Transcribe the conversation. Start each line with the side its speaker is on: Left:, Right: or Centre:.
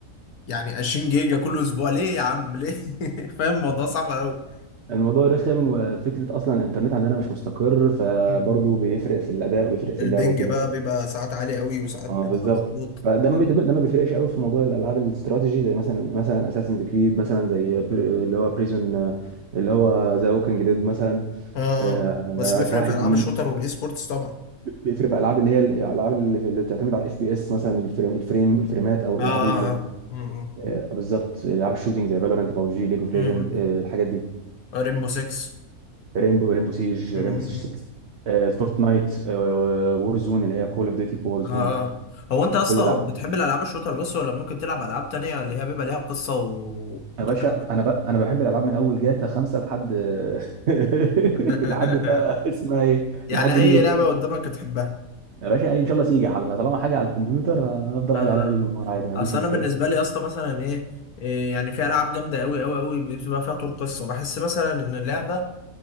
Left: يعني 20 جيجا كل اسبوع ليه يا عم ليه <laughs> فاهم الموضوع صعب قوي
Right: الموضوع رخم وفكره اصلا الانترنت عندنا مش مستقر فبرضه
Left: مم.
Right: بيفرق في الاداء وبيفرق في
Left: البنج
Right: اللعب وكده
Left: بقى بيبقى ساعات عالي قوي وساعات
Right: اه
Left: بيبقى
Right: بالظبط
Left: مضغوط
Right: فده
Left: اه
Right: ما بي- ده ما ده ما بيفرقش قوي في موضوع الالعاب الاستراتيجي زي مثلا مثلا اساسن كريد مثلا زي بر- اللي هو بريزون اللي هو ذا ووكينج ديد مثلا
Left: اه
Right: آه،
Left: اه بس بيفرق
Right: صلاح
Left: في
Right: الدين
Left: العاب الشوتر والاي سبورتس طبعا
Right: بيفرق في العاب اللي هي الالعاب اللي اللي بتعتمد على الاف بي اس مثلا الفريم الفريم الفريمات او الالعاب
Left: اه اه
Right: ال-
Left: امم
Right: آه، بالظبط العاب الشوتينج زي فالورانت بابجي ليج اوف ليجند
Left: امم
Right: الحاجات دي
Left: ريمبو 6
Right: ريمبو ريمبو سيج
Left: امم
Right: ريمبو سيج 6 آه، فورتنايت وور زون اللي هي كول اوف ديوتي وور زون
Left: اه آه. هو انت اصلا
Right: كل الالعاب
Left: بتحب الالعاب الشوتر بس ولا ممكن تلعب العاب تانية اللي هي بيبقى ليها قصة و- وكده
Right: يا باشا انا بقى انا بحب الالعاب من اول جاتا خمسه لحد <laughs>
Left: <laughs>
Right: لحد بقى اسمها ايه
Left: يعني
Right: لحد
Left: اي
Right: ليج اوف
Left: لعبه
Right: ليجندز.
Left: قدامك تحبها
Right: يا باشا ان شاء الله سيجي على طالما حاجه على الكمبيوتر هفضل
Left: آه.
Right: قاعد
Left: آه.
Right: عليها ليل ونهار عادي ما عنديش
Left: اصل
Right: مشكله
Left: انا بالنسبه لي يا اسطى مثلا ايه إيه يعني في العاب جامده قوي قوي قوي بتبقى فيها طور قصه بحس مثلا ان اللعبه